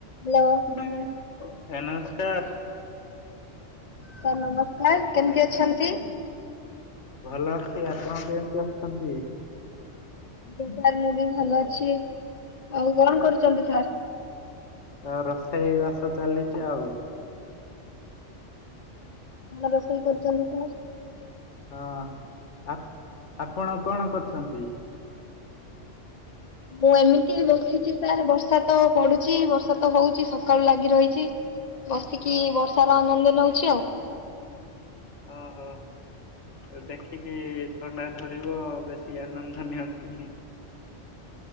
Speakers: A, on the left; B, on the left.
A: ହ୍ୟାଲୋ।
B: ଭାଇ ନମସ୍କାର।
A: ସାର୍ ନମସ୍କାର କେମିତି ଅଛନ୍ତି?
B: ଭଲ ଅଛି ଆପଣ କେମିତି ଅଛନ୍ତି?
A: ଆଜ୍ଞା ସାର୍ ମୁଁ ବି ଭଲ ଅଛି ଆଉ କଣ କରୁଛନ୍ତି ସାର୍।
B: ଆଉ ରୋଷେଇ ବାସ ଚାଲିଛି ଆଉ।
A: କଣ ରୋଷେଇ କରିୁଛନ୍ତି ସାର୍।
B: ହଁ ଆପ୍ ଆପଣ କଣ କରଛନ୍ତି।
A: ମୁଁ ଏମିତି ବସିଛି ସାର୍ ବର୍ଷା ତ ପଡୁଛି ବର୍ଷା ତ ହଉଛି ସା କାଳୁ ଲାଗି ରହିଛି ବସିକି ବର୍ଷାର ଆନନ୍ଦ ନଉଛି ଆଉ।
B: ଓହୋ। ଆ ଦେଖିକି ଥଣ୍ଡା ଧରିବ ବେଶୀ ଆନନ୍ଦ ନିଅନ୍ତୁନି।